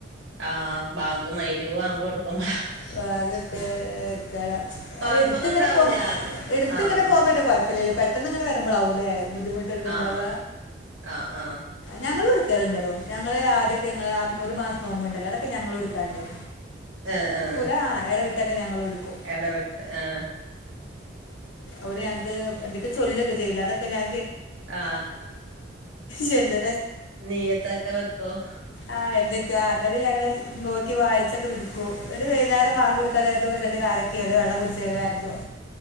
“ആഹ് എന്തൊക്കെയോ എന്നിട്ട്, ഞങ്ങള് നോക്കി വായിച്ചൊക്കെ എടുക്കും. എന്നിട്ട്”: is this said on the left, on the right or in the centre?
Left